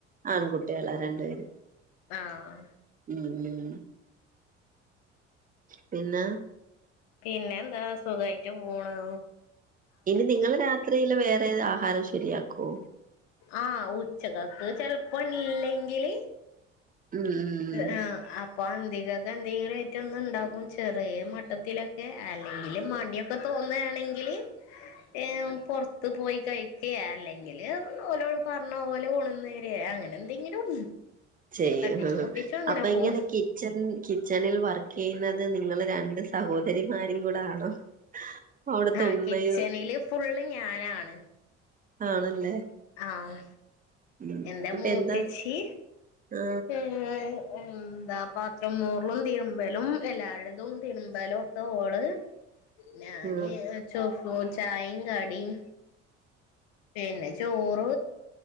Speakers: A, on the right; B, on the left.
A: ആൺകുട്ട്യാള രണ്ട്പേരും.
B: ആഹ്.
A: ഉം ഉം പിന്നെ?
B: പിന്നെന്താ സുഖായിട്ട് പോണ്.
A: ഇനി നിങ്ങള് രാത്രിയില് വേറെ ഏത് ആഹാരം ശരിയാക്ക്യോ?
B: ആ ഉച്ചകക്ക് ചെൽപ്പം ഇല്ലെങ്കില്
A: ഉം ഉം
B: ആഹ് അപ്പ പ്പ അന്തികക്ക് എന്തെങ്കിലായ്ട്ട് ഒന്ന് ഇണ്ടാക്കും ചെറിയ മട്ടത്തിലൊക്കെ അല്ലെങ്കില് മട്യാ. പ്പ തോന്നാണെങ്കില് ഏ പൊർ ത്ത് പോയി കയ്ക്കേ അല്ലെങ്കില് ഓലോട് പറഞ്ഞ ഓല് കൊണ്ട്ന്നരെ അങ്ങനെ എന്തെങ്കിലും.
A: ചെയ്യും
B: തട്ടിച്ചും മുട്ടിച്ചും അങ്ങനെ
A: അപ്പ
B: പോവും
A: എങ്ങനെ കി ച്ചൺ കിച്ചണിൽ വർക്കെയ്യുന്നത് നിങ്ങള് രണ്ട് സഹോദരിമാരും കൂടെ ആണോ? അവിടുത്തെ
B: ആ
A: ഉമ്മയും
B: കിച്ചണില് ഫുള്ള് ഞാനാണ്.
A: ആണല്ലേ?
B: ആഹ്
A: ഉം
B: എന്റെ
A: അപ്പൊ
B: മൂത്തച്ചി
A: എന്താ ആ
B: ഉം എന്താ പാത്രം മോർലും തിര്മ്പലും എല്ലാര്‌തും തിര്മ്പലും ഒ ഓള് ഞാന്
A: ആ
B: ചോഫു ചായിം കടിം പിന്നെ ചോറ്